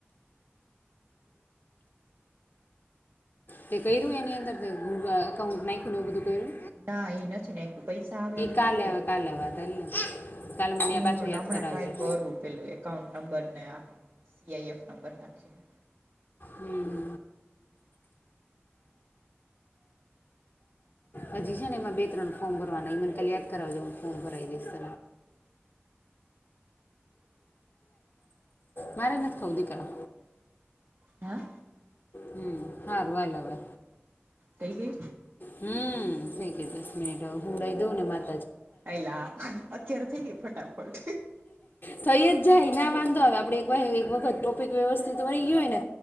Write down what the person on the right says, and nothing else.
ના એ નથી નાખ્યું પૈસા આવે એવું
નથી ક રહ્યું છે.
એ હું હમણાં
ટ્રાય કરું પેલું એકાઉન્ટ નંબર ને આ સીઆઈએફ નંબર નાખીને.
હ.
કઈ ગઈ.
એલા અત્યારે થઈ ગય ફટાફટ.